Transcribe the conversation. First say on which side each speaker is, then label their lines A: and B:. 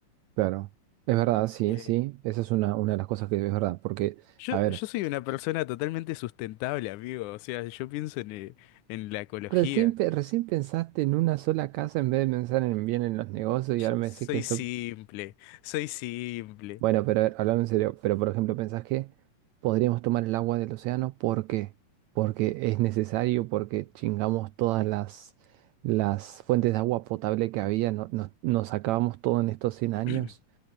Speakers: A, on the right (about 90°); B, on the left (about 75°).
A: Claro. Es verdad, sí,
B: eh,
A: sí. Esa es una, una de las cosas que es verdad. Porque,
B: yo,
A: a ver.
B: yo soy una persona totalmente sustentable, amigo. O sea, yo pienso en, eh, en la ecología.
A: Recién, pe- recién pensaste en una sola casa en vez de pensar en bien en los negocios y
B: Yo
A: ahora me
B: soy
A: decís que eso...
B: simple, soy simple.
A: Bueno, pero a ver, hablando en serio, pero por ejemplo, ¿pensás que podríamos tomar el agua del océano? ¿Por qué? Porque es necesario, porque chingamos todas las, las fuentes de agua potable que había, no- nos, nos acabamos todo en estos 100 años.
B: <clears throat>